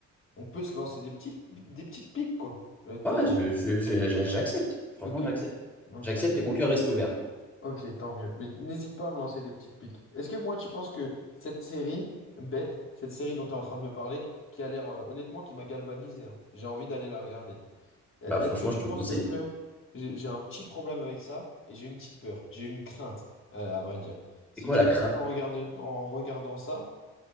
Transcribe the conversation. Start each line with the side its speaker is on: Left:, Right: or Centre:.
Left: on peut se lancer des petits, des petites piques, quoi. J'ai envie de te
Centre: Ouais,
Left: dire.
Centre: je, je- je- je- j'accepte. Franchement,
Left: Ok,
Centre: j'accepte.
Left: ok,
Centre: J'accepte
Left: ok.
Centre: et mon cœur reste ouvert.
Left: Ok, tant mieux. Mais n'hésite pas à me lancer des petites piques. Est-ce que moi, tu penses que cette série, bête, cette série dont tu es en train de me parler, qui a l'air, euh, honnêtement, qui m'a galvanisé, hein, j'ai envie d'aller la regarder. Euh,
Centre: Bah
Left: Est-ce
Centre: franchement,
Left: que tu
Centre: je te
Left: penses
Centre: conseille.
Left: qu'elle peut... J'ai j'ai un petit problème avec ça et j'ai une petite peur, j'ai une crainte, euh, à vrai dire. C'est
Centre: C'est quoi
Left: que
Centre: la
Left: j'ai
Centre: crap?
Left: peur en regarde- en regardant ça,